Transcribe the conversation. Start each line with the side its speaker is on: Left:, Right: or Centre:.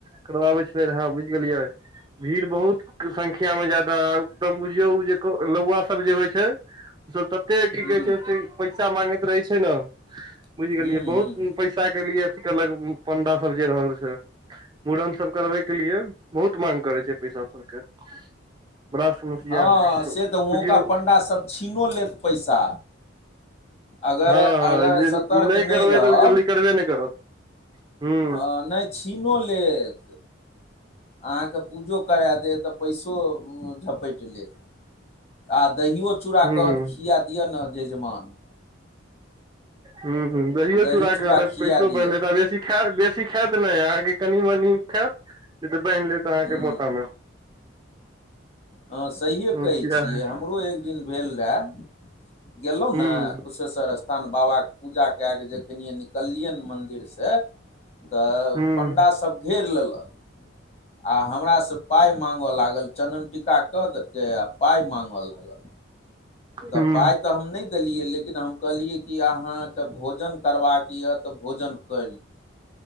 Right: करबाबै छले रहे बुझ गेलियै भीड़ बहुत संख्या में ज्यादा एकदम बुझियौ उ जे लौआ सब जे होइ छै उ सब तऽ एते की
Left: हूँ
Right: कहे छै पैसा मागैत रहे छै ने बुझ गेलियै
Left: हूँ हूँ
Right: बहुत पैसा सुरक्षा के लिए अथी कलक पंडा सब जे रहल छै मुड़न सब करबै के लिए बहुत माग करै छै पैसा सबके बड़ा समस्या
Left: हँ
Right: है
Left: से तऽ वहुँका
Right: बुझियौ
Left: पंडा सब छीनो लेत पैसा अगर
Right: हँ हँ
Left: अगर
Right: जे
Left: सतर्क नहि रहब
Right: तऽ जल्दी करबै नहि करत हूँ
Left: हँ नहि छीनो लेत आहाँ के पूजो करा देत पैसो झपेट लेत आ दहियो चूड़ा
Right: हूँ
Left: कहत
Right: हूँ
Left: खिया दियअ न जजमान
Right: ह ह दहियो
Left: दही
Right: चूड़ा खा लेत
Left: खिया
Right: पैसो
Left: दिअ
Right: बाहिन लेत आ बेसी बेसी खायत नहि अहाँके कनि मनि खायत नहि तऽ बान्हि लेत
Left: हूँ
Right: अहाँके मोटामे
Left: हँ सहिए
Right: समस्या
Left: कहै छियै
Right: है
Left: हमरो एक दिन भेल रहय गेलहुं
Right: हूं
Left: ने कुशेश्वर स्थान बाबा के पूजा काय क जखन निकलिये मंदिर से तऽ
Right: हूं
Left: पण्डा सब घैर लेलक आ हमरा से पाय माँगे लागल टीका क दलिक आ पाय मागे लागल तऽ
Right: हूं
Left: पाय त हम नहि देलियै लेकिन हम कहलियै कि अहाँके भोजन करबाक यऽ तऽ भोजन क